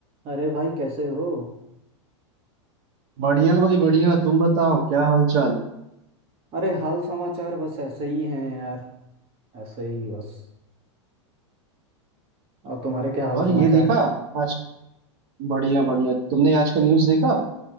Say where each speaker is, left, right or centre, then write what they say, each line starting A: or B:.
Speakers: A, on the right; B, on the right.
A: अरे भाई कैसे हो
B: बढ़िया भाई बढ़िया तुम बताओ क्या हाल चाल
A: अरे हाल समाचार बस ऐसे ही हैं यार ऐसे ही बस और तुम्हारे क्या हाल
B: और
A: समाचार
B: ये देखा
A: हैं
B: आज बढ़िया बढ़िया तुमने आज का न्यूज़ देखा